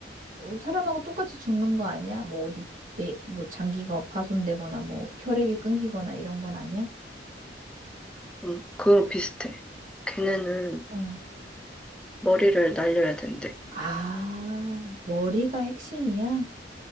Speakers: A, on the right; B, in the centre.
A: 어, 사람하고 똑같이 죽는 거 아니야? 뭐 어디 내, 뭐 장기가 파손되거나 뭐 혈액이 끊기거나 이런 건 아니야?
B: 응. 그거 비슷해. 걔네는
A: 어.
B: 머리를 날려야 된대.
A: 아, 머리가 핵심이야?